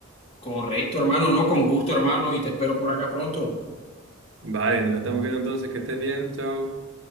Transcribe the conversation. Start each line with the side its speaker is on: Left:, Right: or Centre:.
Left: Correcto, hermano, no, con gusto, hermano, y te espero por acá pronto.
Right: Vale, nos estamos viendo entonces, que estés bien, chao.